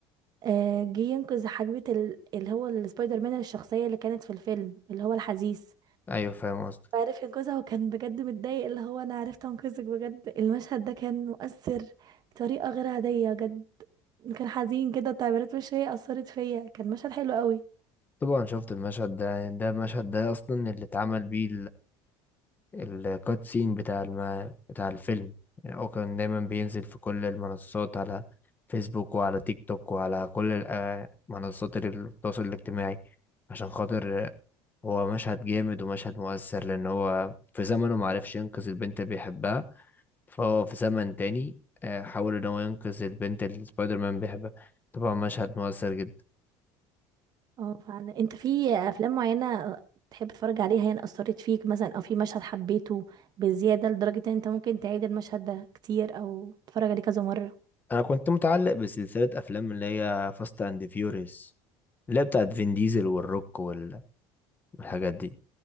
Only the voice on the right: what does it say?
آه، جه ينقذ حبيبة ال- اللي هو السبايدر مان الشخصية اللي كانت في الفيلم اللي هو الحزيس
وعرف ينقذها وكان بجد متضايق اللي هو انا عرفت انقذك بجد المشهد ده كان مؤثر بطريقة غير عادية بجد كان حزين كده وتعبيرات وشي أثرت فيا كان مشهد حلو قوي
اه فعلا انت في افلام معينة تحب تتفرج عليها يعني أثرت فيك مثلا او في مشهد حبيته بزيادة لدرجة ان انت ممكن تعيد المشهد ده كتير او تتفرج عليه كذا مرة